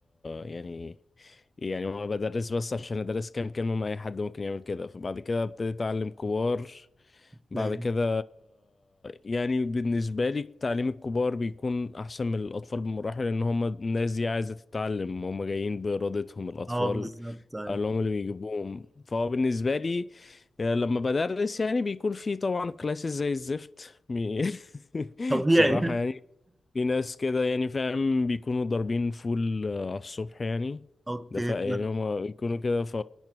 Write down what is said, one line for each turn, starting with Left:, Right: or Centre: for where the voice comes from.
Left: يعني يعني هو بدرس بس عشان ادرس كام كلمة ما اي حد ممكن يعمل كده فبعد كده ابتديت اتعلم كبار بعد
Right: فاهم.
Left: كده يعني بالنسبة لي تعليم الكبار بيكون أحسن من الأطفال بمراحل لأن هم الناس دي عايزة تتعلم هم جايين بإرادتهم الأطفال
Right: اه بالظبط طيب.
Left: اللي هم اللي بيجيبوهم فهو بالنسبة لي آه، لما بدرس يعني بيكون في طبعا كلاسز زي الزفت مي- <laughs>
Right: طبيعي
Left: بصراحة
Right: <laughs>
Left: يعني في ناس كده يعني فاهم بيكونوا ضاربين فول آه، على الصبح يعني
Right: اوكي
Left: ده ف يعني
Right: فاهمك.
Left: هما بيكونوا كده ف